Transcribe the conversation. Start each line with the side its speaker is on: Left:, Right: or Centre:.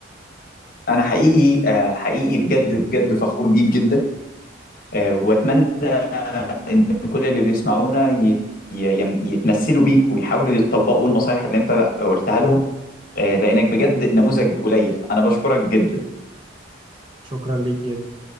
Left: انا حقيقي آه، حقيقي بجد بجد فخور بيك جدا آه، واتمنى ان كل اللي بيسمعونا يت- ي- يتمثلوا بيك ويحاولوا يطبقوا النصايح اللي انت قلتها لهم آه، لانك بجد نموذج قليل انا بشكرك جدا
Right: شكرا ليك جدا